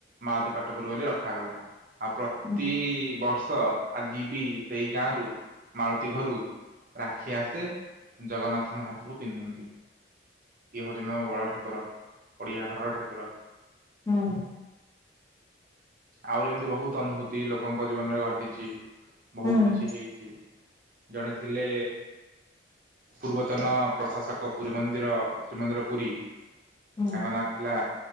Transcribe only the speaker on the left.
ହୁଁ
ହୁଁ
ହୁଁ
ହୁଁ